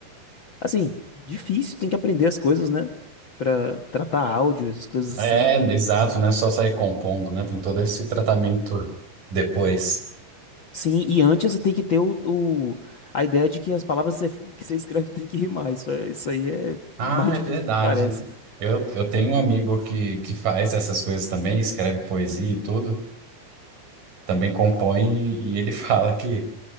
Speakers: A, on the left (about 80°); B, on the right (about 55°).
A: assim, difícil, tem que aprender as coisas, né? Pra tratar áudio, essas coisas assim.
B: É, exato, né? Só sair compondo, né? Tem todo esse tratamento depois.
A: Sim, e antes você tem que ter o, o- a ideia de que as palavras que você que você escreve <laughs> tem que rimar. Isso, é, isso aí é
B: Ah,
A: mais difícil
B: é verdade,
A: do que parece.
B: né? Eu, eu tenho um amigo que, que faz essas coisas também, escreve poesia e tudo, também compõe, e ele <laughs> fala que